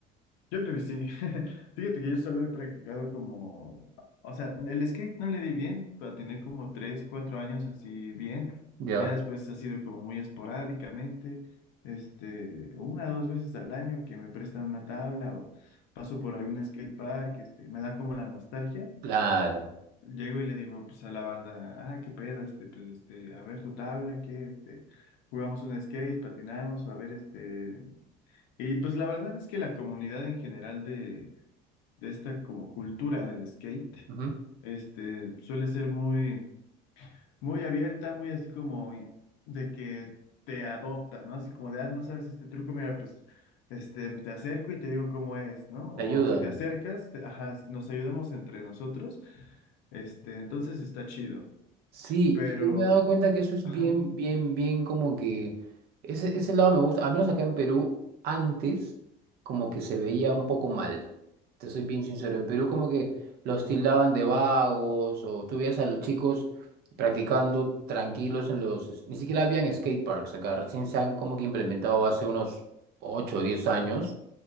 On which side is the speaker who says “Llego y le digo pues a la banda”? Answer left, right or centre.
Left